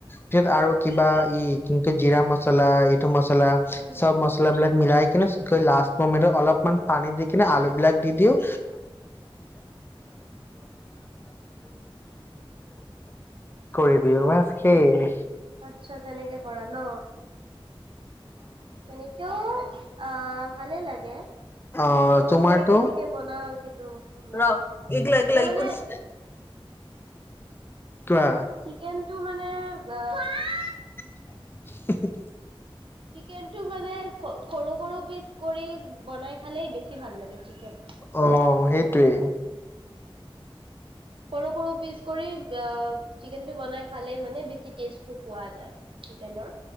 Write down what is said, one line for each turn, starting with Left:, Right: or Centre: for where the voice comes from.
Left: ফিৰ আৰু কিবা ই কিন্তু জিৰা মচলা <unintelligible> <unintelligible> মছলা।
Right: উম,
Left: চব মছলা বিলাক মিলাই কিন্তু <unintelligible> লাষ্ট মমেণ্টত অলপমান পানী দি কিন্তু কৰি দিওঁ
Right: উম,
Left: বছ সেয়ে।
Right: আচ্ছা তেনেকে কৰা ন? তেনেকেও অহ ভালে লাগে।
Left: অ
Right: কিন্তু
Left: তোমাৰটো
Right: মই কেনেকে বনা অ <unintelligible>
Left: ৰ এইগিলা এইগিলা
Right: মই মানে
Left: ই কৰিছ কোৱা
Right: চিকেনটো মানে <unintelligible>
Left: <inaudible>
Right: চিকেন টো মানে সৰু সৰু পিচ কৰি বনাই খালেই বেছি ভাল লাগে চিকেন।
Left: অ' সেইটোৱেই।
Right: সৰু সৰু পিচ কৰি অ' চিকেনটো বনাই খালেই মানে বেছি টেষ্ট টো পোৱা যায় চিকেনৰ।